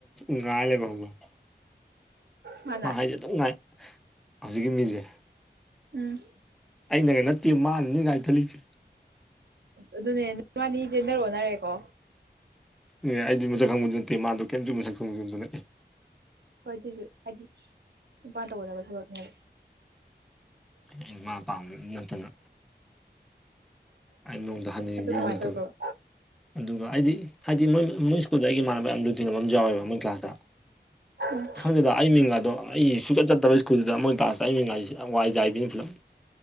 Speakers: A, in the centre; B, on the right.
A: ꯉꯥꯏꯂꯩꯕ ꯈꯪꯕꯔ꯫
B: ꯍꯥꯟꯅ
A: ꯃꯥ ꯍꯥꯏꯁꯦ ꯑꯗꯨꯝ ꯉꯥꯏ ꯍꯧꯖꯤꯛꯀꯤ ꯃꯤꯁꯦ꯫
B: ꯎꯝ꯫
A: ꯑꯩꯅꯒ ꯅꯠꯇꯦ ꯃꯥꯅꯅꯤ ꯀꯥꯏ ꯊꯠꯂꯤꯁꯦ꯫
B: ꯑꯗꯨꯅꯦ ꯅꯨꯕꯥꯅꯤ ꯖꯦꯟꯗꯔ ꯑꯣꯅꯔꯦꯀꯣ꯫
A: ꯑꯦ ꯑꯩꯗꯤ ꯃꯁꯛ ꯈꯪꯕꯗꯨ ꯅꯠꯇꯦ ꯃꯥꯗꯣ ꯀꯩꯝꯖꯨ ꯃꯁꯛ ꯈꯪꯕꯖꯨ ꯅꯠꯇꯅ ꯑꯦ
B: ꯍꯣꯏ ꯑꯗꯨꯢꯁꯨ ꯍꯥꯏꯗꯤ ꯅꯨꯄꯥꯅ ꯇꯧꯒꯗꯕ ꯊꯕꯛꯅꯦꯕ
A: ꯑꯩꯅ ꯃꯥ ꯄꯥꯝꯕ ꯅꯠꯇꯅ ꯑꯩꯅ ꯅꯣꯡꯗ ꯍꯟꯅ ꯌꯦꯡꯕꯤꯔꯨꯕꯖꯨ
B: ꯑꯗꯨ ꯀꯃꯥꯏꯅ
A: ꯅꯠꯇꯅ
B: ꯇꯧꯈ꯭ꯔꯕ
A: ꯑꯗꯨꯒ ꯑꯩꯗꯤ ꯍꯥꯏꯗꯤ ꯃꯣꯏ ꯃꯣꯏ ꯁ꯭ꯀꯨꯜꯗ ꯑꯩꯒꯤ ꯏꯃꯥꯟꯅꯕ ꯌꯥꯝ ꯂꯨꯅ ꯇꯤꯅꯕ ꯑꯃꯖꯨ ꯌꯥꯎꯋꯦꯕ ꯃꯣꯏ ꯀ꯭ꯂꯥꯁꯇ
B: ꯎꯝ
A: ꯈꯪꯗꯦꯗ ꯑꯩ ꯃꯤꯡꯒꯥꯗꯣ ꯑꯩ ꯁꯨꯆꯠ ꯆꯠꯇꯕ ꯁ꯭ꯀꯨꯜꯗꯨꯗ ꯃꯣꯏ ꯀ꯭ꯂꯥꯁꯇ ꯑꯩ ꯃꯤꯡꯒꯥꯢꯖꯦ ꯋꯥꯏꯖꯥꯏꯕꯤꯅꯤ ꯄꯨꯂꯞ